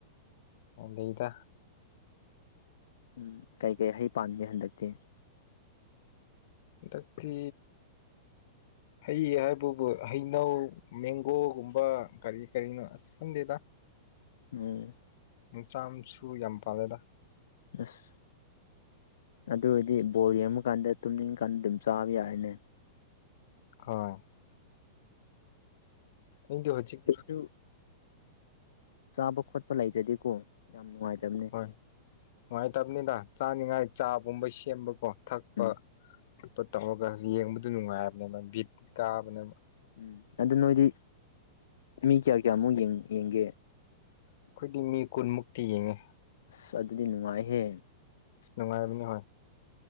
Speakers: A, on the left (about 60°); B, on the left (about 85°).
A: ꯑꯣ ꯂꯩꯗ
B: ꯎꯝ ꯀꯩꯀꯩ ꯍꯩ ꯄꯥꯟꯒꯦ ꯍꯟꯗꯛꯇꯤ
A: ꯍꯟꯗꯛꯇꯤ ꯍꯩ ꯍꯥꯏꯕꯕꯨ ꯍꯩꯅꯧ ꯃꯦꯡꯒꯣꯒꯨꯝꯕ ꯀꯔꯤ ꯀꯔꯤꯅꯣ ꯈꯪꯗꯦꯗ
B: <unintelligible>
A: ꯃꯆꯥꯝ ꯃꯁꯨ ꯌꯥꯝ ꯄꯥꯜꯂꯦꯗ
B: ꯑꯁ ꯑꯗꯨ ꯑꯣꯏꯗꯤ ꯕꯣꯜ ꯌꯦꯡꯕꯀꯥꯟꯗ ꯇꯨꯝꯅꯤꯡꯀꯥꯟꯗ ꯑꯗꯨꯝ ꯆꯥꯕ ꯌꯥꯔꯦꯅꯦ
A: ꯍꯣꯏ ꯅꯪꯗꯤ ꯍꯧꯖꯤꯛ
B: ꯁꯨ ꯆꯥꯕ ꯈꯣꯠꯄ ꯂꯩꯇ꯭ꯔꯗꯤꯀꯣ ꯌꯥꯝ ꯅꯨꯡꯉꯥꯏꯇꯕꯅꯤ
A: ꯍ ꯅꯨꯡꯉꯥꯏꯇꯕꯅꯤꯗ ꯆꯥꯅꯤꯡꯉꯥꯏ ꯆꯥꯒꯨꯝꯕ ꯁꯦꯝꯕꯀꯣ ꯊꯛꯄ
B: ꯎꯝ
A: ꯈꯣꯠꯄ ꯇꯧꯔꯒ ꯌꯦꯡꯕꯗꯨ ꯅꯨꯡꯉꯥꯏꯕꯅꯦꯕ ꯕꯤꯠ ꯀꯥꯕꯅꯦꯕ
B: ꯎꯝ ꯑꯗꯨ ꯅꯣꯏꯗꯤ ꯃꯤ ꯀꯌꯥ ꯀꯌꯥꯃꯨꯛ ꯌꯦꯡꯒꯦ
A: ꯑꯩꯈꯣꯏꯒꯤ ꯃꯤ ꯀꯨꯟꯃꯨꯛꯇꯤ ꯌꯦꯡꯉꯦ
B: ꯑꯁ ꯑꯗꯨꯗꯤ ꯅꯨꯡꯉꯥꯏꯍꯦ
A: ꯑꯁ ꯅꯨꯡꯉꯥꯏꯕꯅꯦ ꯍꯣꯏ